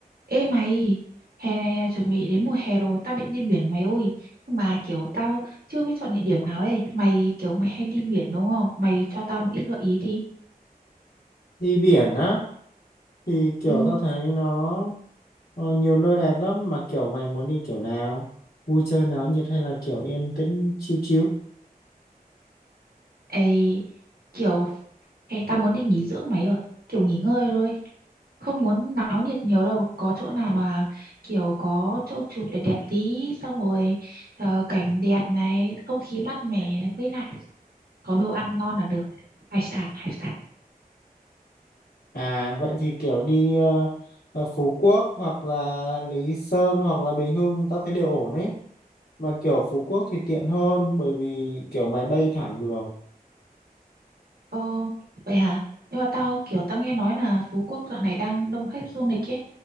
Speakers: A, on the right; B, on the left.
A: Ê mày, hè này à, chuẩn bị đến mùa hè rồi, tao định đi biển mày ơi. Nhưng mà kiểu tao chưa biết chọn địa điểm nào ấy. Mày kiểu mày hay đi biển đúng không? Mày cho tao một ít gợi ý đi.
B: đi biển á thì kiểu
A: Ừ,
B: tao thấy nó ờ, nhiều nơi đẹp lắm mà kiểu mày muốn đi kiểu nào vui chơi náo nhiệt hay là kiểu yên tĩnh chill chill
A: ê, kiểu ê, tao muốn đi nghỉ dưỡng mày ơi. Kiểu nghỉ ngơi thôi. Không muốn náo nhiệt nhiều đâu. Có chỗ nào mà kiểu có chỗ chụp để đẹp đẹp tí. Xong rồi ờ, cảnh đẹp này, không khí mát mẻ với lại có đồ ăn ngon là được. Hải sản, hải sản.
B: à vậy thì kiểu đi ờ, ờ, Phú Quốc hoặc là Lý Sơn hoặc là Bình Hưng tao thấy đều ổn ấy mà kiểu Phú Quốc thì tiện hơn bởi vì kiểu máy bay thẳng được
A: Ờ, vậy hả? Nhưng mà tao kiểu tao nghe nói là Phú Quốc dạo này đang đông khách du lịch ấy.